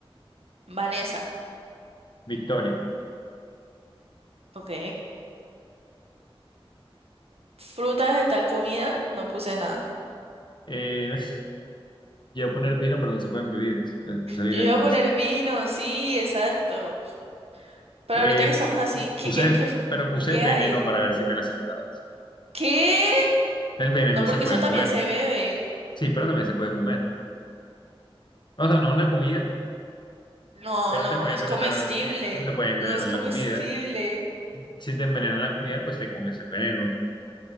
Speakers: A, on the right (about 90°); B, on the left (about 50°).
A: Vanessa,
B: Victoria.
A: ok. Fruta, vegetal, comida, no puse nada.
B: Eh, <laughs> iba a poner vino, pero no se pueden bebidas. Entonces puse vino
A: Yo iba
B: en cosas.
A: a poner vino, sí, exacto. Pero
B: Eh,
A: ahorita que estamos así, ¿qué,
B: puse,
A: qué, qué, fu-
B: pero puse
A: qué
B: veneno
A: hay?
B: para ver si me la aceptabas.
A: ¿Qué?
B: El veneno
A: No, porque
B: se puede
A: eso también
B: comer.
A: se bebe.
B: Sí, pero también se puede comer. O sea, no es una comida,
A: No,
B: pero
A: no,
B: te puede
A: no es
B: envenenar
A: comestible.
B: la comida. Pero te puede envenenar
A: No es comestible.
B: la comida. Si te envenenan la comida, pues te comes el veneno. ¿no?